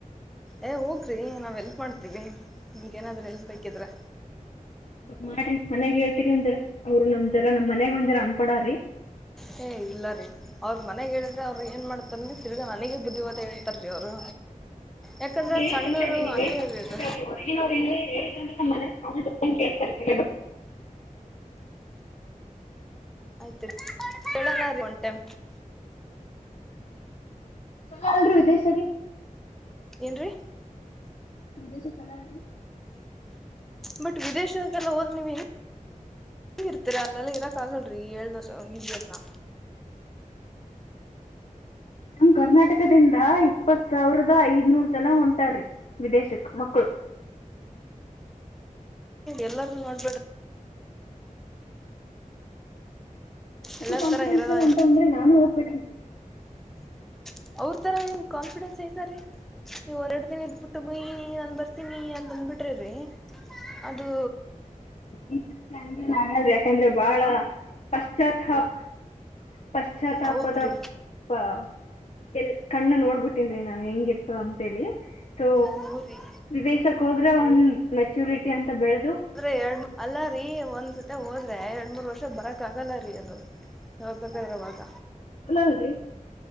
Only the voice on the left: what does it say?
ಮಾಡ್ರಿ ಮನ್ಯಾಗ ಹೇಳ್ತಿರಿ ಒಂದ್ ಜರ ಅವ್ರ ನಮ್ ಜರ ನಮ್ಮ ಮನ್ಯಾಗ್ ಒಂದ್ ಜರಾ ಅನ್ಪಡ್ ಅದಾರಿ
ಹಂಗೇನಿಲ್ಲ
ರೀ ನೀವೇನ್
ತಪ್ಪ
<unintelligible>
ಚೊಲೊ ಅಲ್ರಿ ವಿದೇಶ ರೀ
ವಿದೇಶ <unintelligible>
ನಮ್ ಕರ್ನಾಟಕದಿಂದ ಇಪ್ಪತ್ ಸಾವಿರದಾ ಐದ್ನೂರ್ ಜನ ಹೊಂಟಾರ್ರೀ ವಿದೇಶಕ್ ಮಕ್ಕಳು
ಕಾಫಿಡೆನ್ಸ್
ಲ್ಲ ಹೊಂಟ
ಅಂದ್ರೆ ನಾನು ಹೊಗ್ಬೆಕ್
ಈ ಸರ್ತಿ ನನಗೆನ್ ಆಗಲ್ ರೀ ಯಾಕಂದ್ರೆ ಬಹಳ ಪಶ್ಚಾಥಾಪ್ ಪಶ್ಚಾತ್ತಾಪದ
ಪ್ಪಾ ಎಲ್ ಕಣ್ಣ ನೋಡ್ ಬಿಟ್ಟನರಿ ನಾನ ಹೆಂಗಿರದಂತ ಅಂತೇಳಿ ಸೋ
ವಿದೇಶಕ್ ಹೋದ್ರೆ ಒಂದ್ ಮೆಚೂರಿಟಿ ಅಂತ ಬೆಳೆದು
ಅಲ್ಲನ್ರಿ